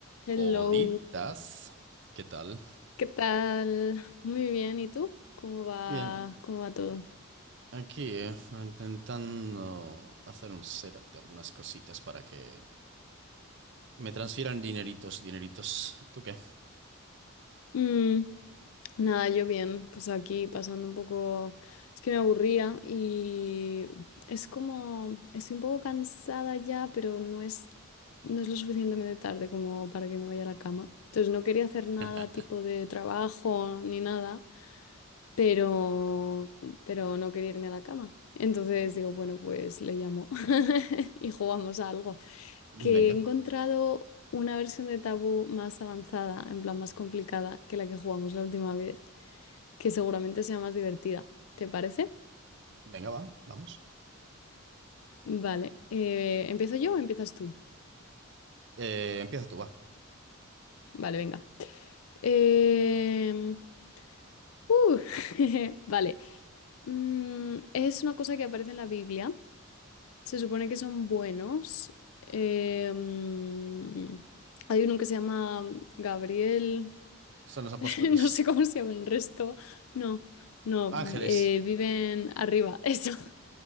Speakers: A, on the left (about 80°); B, on the right (about 55°).
A: Hello,
B: Olitas, ¿qué tal?
A: ¿qué tal? Muy bien, ¿y tú? ¿Cómo va,
B: Bien,
A: cómo va todo?
B: aquí eh, intentando hacer un setup de algunas cositas para que me transfieran dineritos, dineritos. ¿Tú qué?
A: Mm, nada, yo bien, pues aquí pasando un poco, es que me aburría y es como, estoy un poco cansada ya, pero no es, no es lo suficientemente tarde como para que me vaya a la cama. Entonces no quería hacer nada
B: <laughs>
A: tipo de trabajo ni nada, pero, pero no quería irme a la cama. Entonces digo, bueno, pues le llamo <laughs> y jugamos a algo. que
B: Venga,
A: he encontrado una versión de Tabú más avanzada, en plan más complicada que la que jugamos la última vez, que seguramente sea más divertida. ¿Te parece?
B: venga, va, vamos.
A: Vale. eh, ¿empiezo yo o empiezas tú?
B: Eh, empieza tú, va.
A: Vale, venga. Em, uh, <laughs> vale. Mm, es una cosa que aparece en la Biblia. Se supone que son buenos. Em, hay uno que se llama Gabriel.
B: Son los apóstoles.
A: <laughs> no sé cómo se llama el resto. No, no,
B: Ángeles.
A: eh, viven arriba, eso.